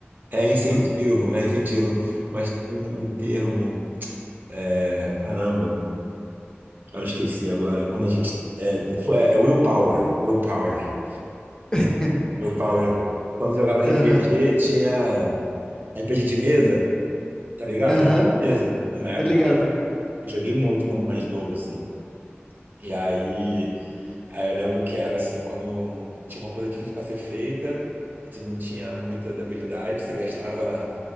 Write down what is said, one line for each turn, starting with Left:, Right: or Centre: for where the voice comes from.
Right: É incentivo,
Left: não?
Right: é incentivo. Mas tem um termo, é, caramba. Eu esqueci agora. Quando a gente. É, foi, é é Willpower. Willpower.
Left: <laughs>
Right: Willpower. Quando jogava RPG,
Left: Aham,
Right: tinha RPG de mesa, tá ligado?
Left: aham,
Right: Mesa. Na
Left: tá
Right: época,
Left: ligado?
Right: eu joguei muito quando mais novo, assim. E aí, aí eu lembro que era assim, quando tinha uma coisa difícil para ser feita e tu não tinha muita habilidade, você gastava